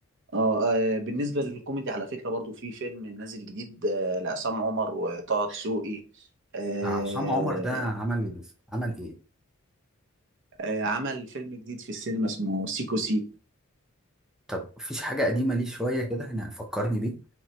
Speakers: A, on the right; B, in the centre.
A: آه, اه بالنسبه للكوميدي على فكره برضو في فيلم نازل جديد آه لعصام عمر وطه دسوقي آه
B: ده عصام عمر ده عمل عمل إيه؟
A: آه عمل فيلم جديد في السينما اسمه سيكو سيكو
B: طب مفيش حاجة قديمة ليه شوية كده يعني فكرني بيه؟